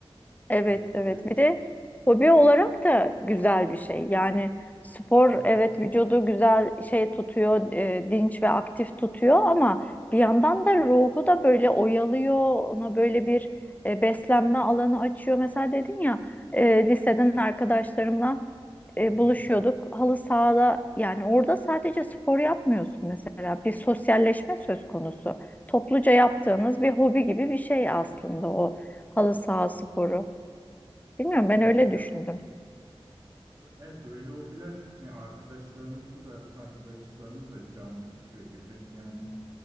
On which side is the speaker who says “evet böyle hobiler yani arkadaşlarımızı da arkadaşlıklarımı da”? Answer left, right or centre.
Right